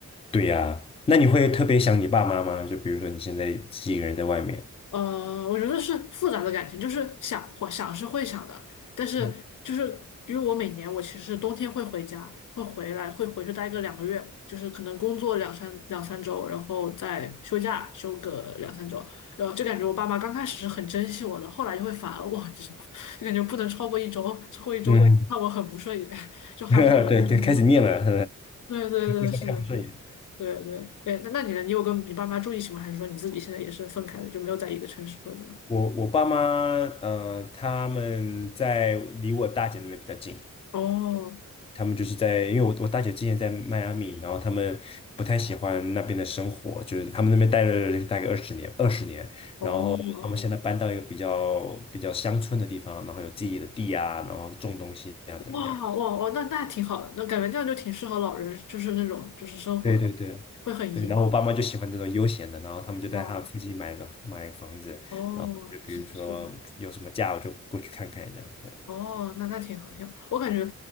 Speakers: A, on the left; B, on the left.
A: 对呀，那你会特别想你爸妈吗？就比如说你现在自己一个人在外面，
B: 呃，我觉得是复杂的感情，就是想会想是会想的，但是就是因为我每年我其实冬天会回家，
A: 嗯，
B: 会回来，会回去待个两个月，就是可能工作两三两三周，然后再休假休个两三周，然后就感觉我爸妈刚开始是很珍惜我的，后来就会反而我，就是就感觉不能超过一周，超过一周看我很不顺眼，
A: 嗯
B: 就还不如一周了。
A: <laughs> 对，对，开始念了，<laughs>
B: 对对对，
A: 互相看不顺眼。
B: 是的，是的，对对，哎，那那你呢？你有跟你爸妈住一起吗？还是说你自己现在也是分开的，就没有在一个城市或者怎么？
A: 我我爸妈，呃，他们在离我大姐那边比较近，
B: 哦，
A: 他们就是在，因为我我大姐之前在迈阿密，然后他们不太喜欢那边的生活，就是他们那边待了大概二十年，二十年，
B: 哦，
A: 然后他们现在搬到一个比较比较乡村的地方，然后有自己的地啊，然后种东西啊，怎么样？
B: 哇哇哇，那那挺好的，那感觉这样就挺适合老人，就是那种就是生活的，
A: 对对对对，
B: 会很宜居。
A: 然后我爸妈就喜欢这种悠闲的，然后他们就在他附近买个买个房子，
B: 哦哦，
A: 然后我就比如说有什么假我就过去看看这样，
B: 是是的，
A: 对，
B: 哦，那那挺好挺好。我感觉，